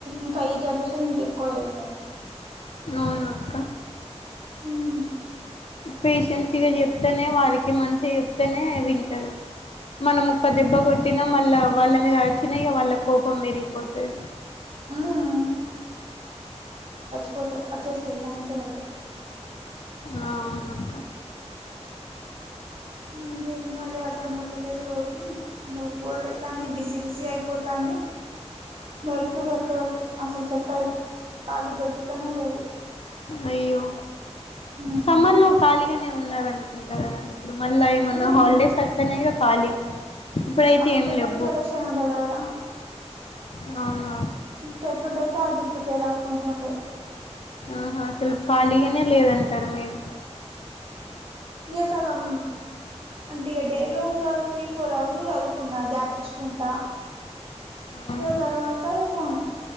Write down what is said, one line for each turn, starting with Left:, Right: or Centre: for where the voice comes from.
Right: ఇంకా ఈ జనరేషన్ ఇంకెక్కువ చేత్తారు
Left: అవును అక్క
Right: ఉమ్
Left: పేషెన్సిగా చెప్తేనే వారికి మంచి నే వింటరు మనం ఒక్క దెబ్బ కొట్టినా మళ్ళ వాళ్ళ మీద ఆర్చిన ఇగ వాళ్ళ కోపం మిదికి పోతది
Right: ఉమ్ పోత వచ్చేస్తది అ అంతే అది
Left: అ అవునక్క
Right: ఉ ఎన్నో అదే అర్థంమయితలేదు రోజు బోర్ బోర్ అయితాంది బిజీ బిజీ అయిపోతాంది వర్క్ వర్క్ వర్క్ అసలు సెట్ అయి ఖాళీ దొరుకుతనే లేదు
Left: అయ్యో
Right: ఉమ్
Left: సమ్మర్లో ఖాళీగానే ఉన్నారు అనుకుంట కద మళ్ళా ఏమన్నా
Right: ఉమ్
Left: హాలిడేస్ వత్తన్నయో ఖాళీ ఇప్పుడైతే
Right: అప్పుడు
Left: ఏం
Right: టెట్
Left: లేవ్వు
Right: ప్రిపరేషన్ ఉండే కదరా
Left: అవున
Right: ఇట్టే ఎట్టుండే అయితే అది ప్రిపేర్ అవ్వకుంటు ఉండే
Left: ఆహా అసలు ఖాళీగానే లేదంటారు మీరు
Right: ఎ సగం అంటే డేలో ఒక త్రీ ఫోర్ అవర్స్ జదువుకున్నా గ్యాప్ ఇచ్చుకుంటా
Left: ఆ
Right: ఏ తర్వాత ఈయ ఫోనే